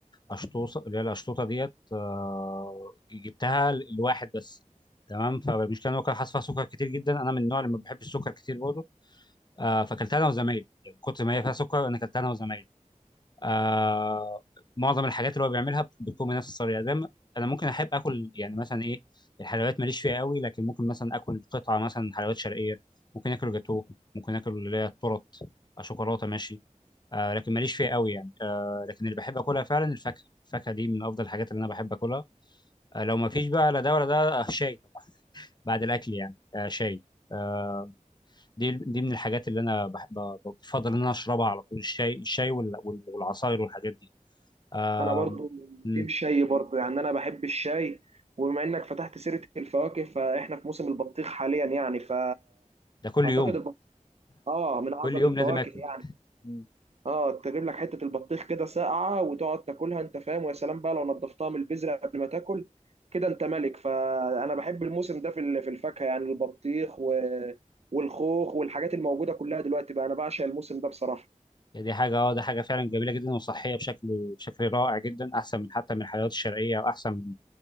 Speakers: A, on the left; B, on the right.
A: اشطوطه اللي هي الاشطوطه ديت آه، جبتها لواحد بس تمام فالمشكله ان هو كان حاطط فيها سكر كتير جدا انا من النوع اللي ما بحبش السكر كتير برضه آه، فاكلتها انا وزمايلي يعني كنت ما هي فيها سكر انا اكلتها انا وزمايلي آه معظم الحاجات اللي هو بيعملها بتكون بنفس الطريقه زي ما- انا ممكن احب اكل يعني مثلا ايه الحلويات ماليش فيها قوي لكن ممكن مثلا اكل قطعه مثلا حلويات شرقيه ممكن اكل جاتوه ممكن اكل اللي هي التورت آه، شوكولاته ماشي آه لكن ماليش فيها قوي يعني آه لكن اللي بحب اكلها فعلا الفاكهه الفاكهه دي من افضل الحاجات اللي انا بحب اكلها آه لو ما فيش بقى لا ده ولا ده آه، شاي طبعا بعد الاكل يعني آه شاي آه، دي دي من الحاجات اللي انا بحب بفضل ان انا اشربها على طول الشاي الشاي وال- وال- والعصاير والحاجات دي آم،
B: انا برضو
A: مم،
B: تيم شاي برضو يعني انا بحب الشاي وبما انك فتحت سيره الفواكه فاحنا في موسم البطيخ حاليا يعني ف
A: ده كل
B: اعتقد
A: يوم
B: البطيخ اه من اعظم
A: كل يوم
B: الفواكه
A: لازم اكل
B: يعني
A: مم.
B: اه تجيب لك حته البطيخ كده ساقعه وتقعد تاكلها انت فاهم ويا سلام بقى لو نضفتها من البذره قبل ما تاكل كده انت ملك فانا بحب الموسم ده في ال- في الفاكهه يعني البطيخ و... والخوخ والحاجات الموجوده كلها دلوقتي بقى انا بعشق الموسم ده بصراحه
A: يعني دي حاجه اه ده حاجه فعلا جميله جدا وصحيه بشكل بشكل رائع جدا احسن من حتى من الحلويات الشرقيه واحسن من